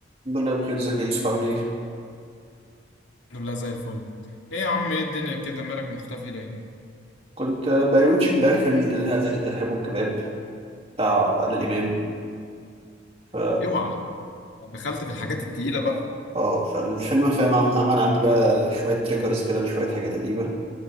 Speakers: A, on the right; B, on the left.
A: الحمد لله بخير ازيك يا يوسف عامل ايه؟
B: الحمد لله زي الفل ايه يا عم ايه الدنيا كده مالك مختفي ليه
A: كنت بريوتش امبارح فيلم الإله- الإرهاب والكباب بتاع عادل إمام ف
B: اوعى دخلت في الحاجات التقيلة بقى
A: اه فالفيلم فاهم عم- عمل عندي بقى شوية تريجرز كده لشوية حاجات قديمة